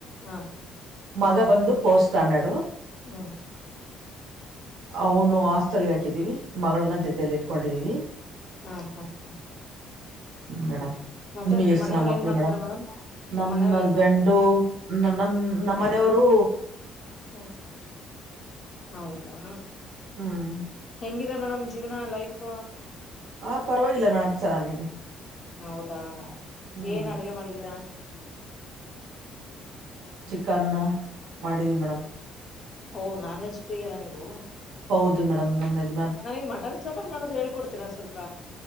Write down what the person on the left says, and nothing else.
ಹ
ಹ್ಮ್ಮ್
ಹ್ಮ್ಮ್ ಹ ಹ
ಮತ್ತೆ
ಮನೆಯವ್ರ
ಏನ್ ಮಾಡ್ತಾರ
ಮೇಡಮ್
ಮನೆಯವ್ರ
ಏನ್ ಮಾಡ್ತಾರೆ
ಹ್ಮ್ಮ್ ಹೌದಾ
ಹೆಂಗಿದೆ ಮೇಡಮ. ನಿಮ್ಮ ಜೀವನ ಲೈಫ್.
ಹೌದಾ
ಏನ್ ಅಡ್ಗೆ ಮಾಡಿದ್ದೀರಾ.
ಓ ನಾನ್ ವೆಜ್ ಪ್ರಿಯರಾ ನೀವು.
ನನಗ್ ಮಟನ್ ಸಾಂಬಾರ ಮಾಡೋದು ಹೇಳ್ಕೊಡ್ತೀರಾ ಸ್ವಲ್ಪ.